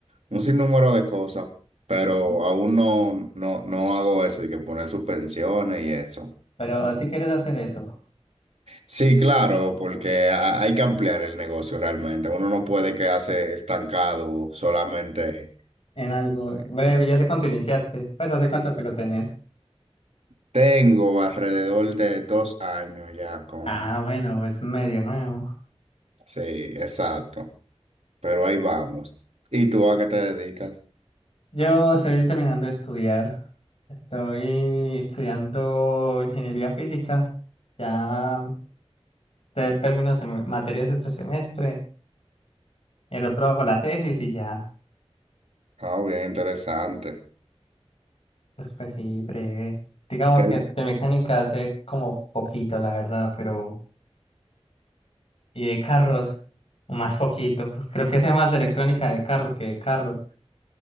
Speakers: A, on the right; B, on the left.
A: un sinnúmero de cosas, pero aún no, no, no hago eso, y que poner suspensiones y eso.
B: Pero si quieres hacer eso
A: Sí, claro, porque ha- hay que ampliar el negocio realmente. Uno no puede quedarse estancado solamente.
B: en algo breve, ya sé cuánto iniciaste. Pues hace cuánto que lo tenés.
A: Tengo alrededor de dos años ya con...
B: Ah, bueno, es medio nuevo.
A: Sí, exacto. Pero ahí vamos. ¿Y tú a qué te dedicas?
B: Yo estoy terminando de estudiar. Estoy estudiando ingeniería física. Ya te- termino sem- materias este semestre. El otro hago la tesis y ya.
A: Ah, bien interesante.
B: Pues, pues sí, breve. Digamos
A: ¿Te-
B: que de mecánica hace como poquito, la verdad, pero. Y de carros, más poquito. Creo que sé más de electrónica de carros que de carros.